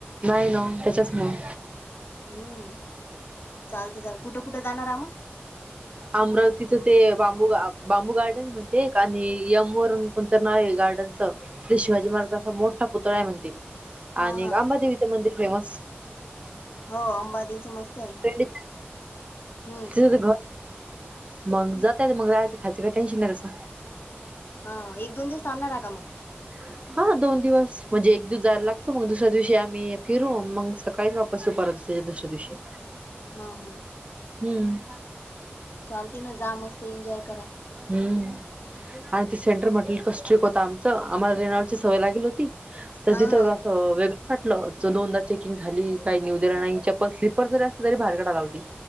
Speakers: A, on the right; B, on the left.
A: नाही ना त्याच्याचमुळं
B: हम्म चालते चाल कुठं कुठं जाणार आ म
A: अमरावतीच ते बांबू बांबू गार्डन म्हणते आणि यम वरून कोणतं नाव आहे गार्डनचं ते शिवाजी महाराज असा मोठा पुतळा आहे म्हणते. आणि
B: हा हा
A: अंबादेवीचं मंदिर फेमस
B: हो अंबादेवीच मस्त आहे
A: ल
B: हम्म
A: त घ मग जातय ते मग राहाचं खायचं काय टेन्शन आहे तसं.
B: हा एक दोन दिस थांबणार का मग.
A: <unintelligible> हा दोन दिवस म्हणजे एक दिवस जायला लागतो मग दुसऱ्या दिवशी आम्ही फिरू मग सकाळी वाप बसु परततील दुसऱ्या दिवशी.
B: हा हा.
A: हम्म.
B: चालते ना जा मस्त एन्जॉय करा.
A: हम्म आणि ते सेंटर म्हटल का स्ट्रीक होत आमचं आम्हाला रेनोलची सवय लागेल होती. तर
B: हा
A: तिथं.
B: हा
A: हो वेगळं काटलं च दोनदा चेकिंग झाली काही निऊ दिलं नाही चप्पल स्लीपर जरी असल तरी बाहेर काढाया लावली.